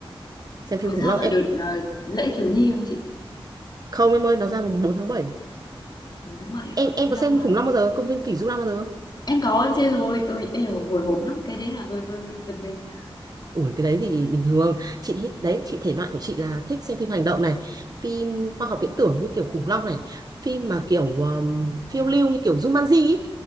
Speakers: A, on the right; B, on the left.
A: xem phim
B: Có
A: khủng
B: ra
A: long
B: vào
A: em
B: đợt ờ, lễ thiếu nhi không chị?
A: không em ơi nó ra mùng 4 tháng 7
B: 4 tháng 7 à?
A: em em
B: Thế
A: có
B: lâu
A: xem
B: ha.
A: khủng long bao giờ công viên kỷ Jura bao giờ không
B: Em có em xem rồi. Ôi, em hồi hộp lắm. Cái đấy là hơi hơi, hơi giật mình nha.
A: ủa cái đấy thì bình thường chị thích đấy chị thể loại của chị là thích xem phim hành động này phim khoa học viễn tưởng như kiểu khủng long này phim mà kiểu um, phiêu lưu như kiểu Jumanji ý.